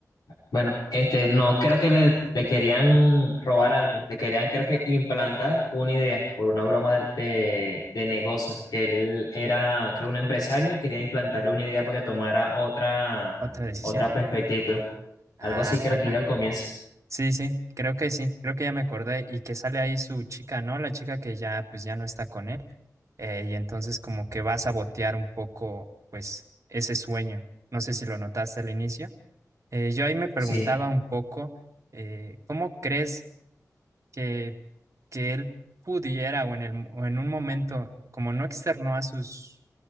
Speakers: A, on the left; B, on the right.
A: bueno, este, no, creo que le, le querían robar algo, le querían creo que implantar una idea por una broma de, de, de negocios, que él era, creo, un empresario y quería implantarle una idea para que tomara otra,
B: otra decisión.
A: otra perspectiva.
B: Ah,
A: Algo así creo que yo al comienzo.
B: sí, sí, creo que sí, creo que ya me acordé y que sale ahí su chica, ¿no? La chica que ya, pues ya no está con él. eh, y entonces como que va a sabotear un poco, pues, ese sueño. No sé si lo notaste al inicio. Eh, yo ahí me preguntaba
A: Sí.
B: un poco, eh, ¿cómo crees que, que él pudiera o en el, mo- o en un momento, como no externó a sus